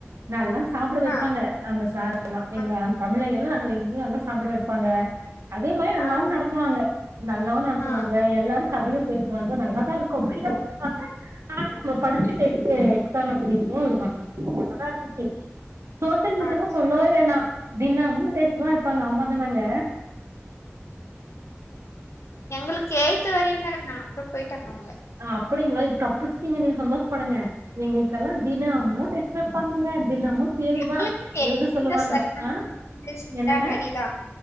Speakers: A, on the right (about 80°); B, on the left (about 70°).
A: நல்லா சாப்பிட வைப்பாங்க
B: ஆ
A: நம்ம சாருக் எல்லாம் எங்க
B: ஆ
A: தமிழய் <unintelligible> வந்து சாப்ட வப்பாங்க அதே மாயி நல்லாவும்
B: ஆ
A: நடத்துவாங்க நல்லாவு நடத்துவாங்க
B: ஆ
A: எல்லாரு கதையும் பேசுவாங்க நல்லாதா இருக்கும் ஃப்ரீயாவு விடுவாங்க அது நம்ம படிச்சி செட்டு எக்ஸாமத் தெரியுமோ விடுவாங்க நல்லாதா இருந்துச்சு சோசியல் மிஸுமு
B: ஆ ஆ.
A: சொல்லவே வேணா தினம்மு டெஸ்ட்தா வெப்பாங்க ஆமாதானங்க
B: எங்களுக்கு எய்த்து வரயுந்தாருந்தா அப்றொ பொய்ட்டாங்க அவங்க
A: அ அப்டிங்ளா தப்பிச்சிட்டிங்க நீ சந்தோஷ்ப்படுங்க எங்களுக்கெல்லா தினம்மூ டெஸ்ட் வெப்பாங்கங்க தினமு தேர்வு
B: எங்களுக்கு
A: தா
B: எய்த்துல
A: எழுத சொல்லுவாங்க
B: <unintelligible>
A: ஆ
B: சரியான
A: என்னங்க
B: அடிதா